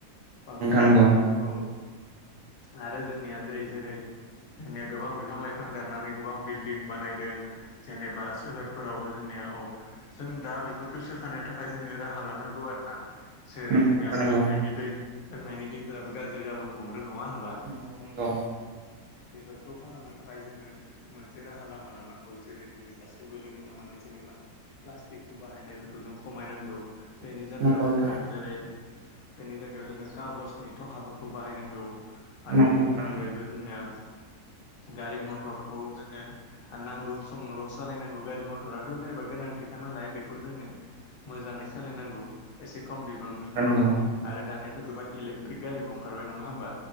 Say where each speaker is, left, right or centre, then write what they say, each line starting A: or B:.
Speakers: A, on the left (about 70°); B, on the right (about 65°).
A: बांग्रिं
B: नंगौ
A: मावनानै औ आरो जोंनिया जाय जेरै जोंनिया गोबां बिफां लाइफां दाननानै गोबां बिल्डिं बानायदों। जेनेबा सोहोरफोरावबो जोंनिया औ जों दा बेफोरखौ सोखानो थाखाय जोङो राहा लानांगौ आरो ना जेरै
B: नंगौ
A: जोंनिया
B: नोंथां नंगौ नोंथां नंगौ
A: लोंनायनि दै लोंनायनि दैफोराबो गाज्रि जाबोनो हमदों। नङा होनबा
B: नंगौ नंगौ
A: बेफोरखौ फाहामनो थाखाय जोङो मोनसे राहा लामा लानांगौ जेरै जोङो गासैबो लोगो नांनानै जेनेबा प्लास्टिकखौ बाहायनायफोरखौ जों खमायनांगौ। बेनि जायगायाव
B: नंगौ नोंथां
A: जोङो जेरै बेनि जायगायाव जोङो कागजनि थहाफोरखौ बाहायनांगौ। आरो
B: नंगौ
A: बेनि
B: नोंथां
A: अनगायैबो जोंनिया गारि मथरखौ जोङो नांगौ समावल' सालायनांगौ गारि मथराथ' जेनेबा गोनांथिखा नालाय बेखौ जोङो मोजाङै सालायनांगौ एसे खम बिबांनि
B: नंगौ
A: औ आरो दानिया थ' गोबां इलेकट्रिक गारिबो ओंखारबाय नङा होमबा